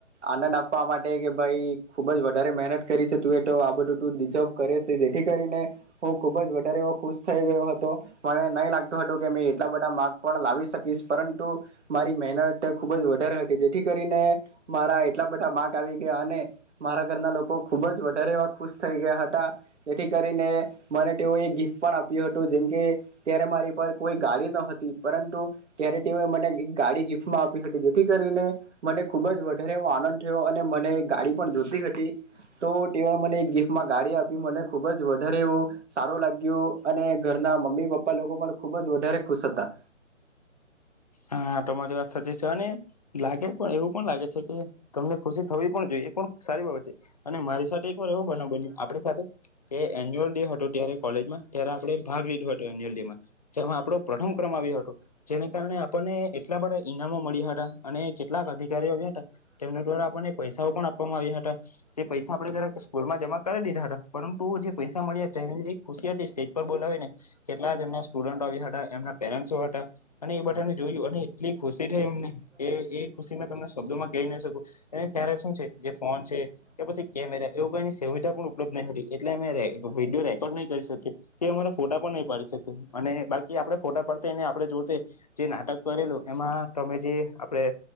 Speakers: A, on the right; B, on the left.
A: આનંદ આપવા માટે કે ભાઈ ખુબ જ વધારે મહેનત કરી છે તું એ. આ બધું ડીઝવ કરે છે. જેથી કરીને હું ખુબ જ વધારે એવો ખુશ થઈ ગયો હતો મને નહી લાગતો હતો કે મે એટલા બધા માર્ગ પણ લાવી શકીશ પરંતુ મારી મહેનત ખુબ જ વધારે હતી, જેથી કરીને મારા એટલા બધા માર્ક આવી ગયા અને મારા ઘરના લોકો ખુબ જ વ વધારે એવા ખુશ થઈ ગયા હતા, જેથી કરીને મને તેઓએ ગિફ્ટ પણ આપ્યું હતું જેમકે ત્યારે મારી પર કોઈ ગાડી ન હતી પરંતુ ત્યારે તેઓએ મને એક ગાડી ગિફ્ટમાં આપી હતી, જેથી કરીને મને ખૂબ જ વધારે એવો આનંદ થયો અને મને એ ગાડી પણ જોતી હતી તો તેઓ મને ગિફ્ટમાં ગાડી આપી મને ખુબ જ વધારે એવું સારું લાગ્યું અને ઘરના મમ્મી-પપ્પા લોકો પણ ખુબ જ વધારે ખુશ હતા.
B: હા તમારી વાત સાચી છે અને લાગે પણ એવું પણ લાગે છે કે તમને ખુશી થવી પણ જોઈએ એ પણ સારી બાબત છે અને મારી સાથે એક એવું બનાવ બન્યું આપણી સાથે કે એન્યુઅલ ડે હતો ત્યારે કોલેજમાં ત્યારે આપણે ભાગ લીધો હતો એન્યુઅલ ડેમાં તેમાં આપડો પ્રથમ ક્રમ આવ્યો હતો. જેને કારણે આપણને એટલા બધા ઈનામો મળ્યા હતા અને કેટલાક અધિકારીઓ આવ્યા હતા તેમના દ્વારા આપણને પૈસાઓ પણ આપવામાં આવ્યા હતા. જે પૈસા આપડે ત્યારે સ્કૂલમાં જમા કરી દીધા હતા પરંતુ, જે પૈસા મળ્યા તેની જે ખુશી હતી સ્ટેજ પર બોલાવી ને કેટલા જ એમના સ્ટુડન્ટો આવ્યા હતા એમના પેરેન્ટસ હતા. અને એ બધાને જોયું અને એટલી ખુશી થઈ એમને એ એ ખુશી મે તમને શબ્દોમાં કહી ન શકું એ ત્યારે શું છે, જે ફોન છે કે પછી કેમેરા એવ કઈની સુવધા પણ ઉપલબ્ધ એટલે અમે રે વિડીયો રેકોર્ડ નહી કરી શકીએ. કે અમારા ફોટા પણ નહી પાડી શકે. અને બાકી આપડે ફોટા પડતાને આપણે જોતે. જે નાટક કરેલું એમાં તમે જે આપડણે